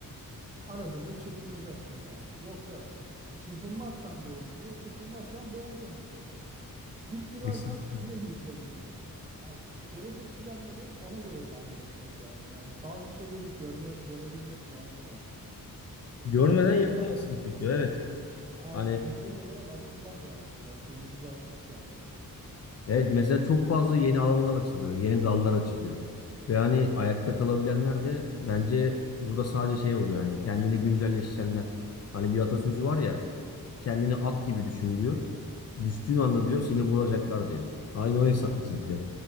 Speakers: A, on the right; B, on the left.
A: Arada da çırpınacaksın yani. Yoksa çırpınmazsan da olmuyor. Çırpınmazsan boğuluyorsun bu sefer. Dik durarsan
B: Kesinlikle.
A: yine yıpranıyorsun. Abi gelecek planları ona göre dahil etmek lazım ya. Bazı şeyleri görme görebilmek lazım ya. Vizyon
B: Görmeden yapamazsın
A: olarak
B: çünkü evet.
A: aynen
B: Hani
A: vizyon olarak açılmak lazım biraz. Gözümüzü açmak lazım.
B: evet mesela çok fazla yeni alanlar açılıyor, yeni dallar açılıyor. Ve hani ayakta kalabilenler de bence burada sadece şey oluyor yani kendini güncelleştirenler. Hani bir atasözü var ya Kendini at gibi düşün diyor. Düştüğün anda diyor seni vuracaklar diyor. Aynı o hesap bizimki de.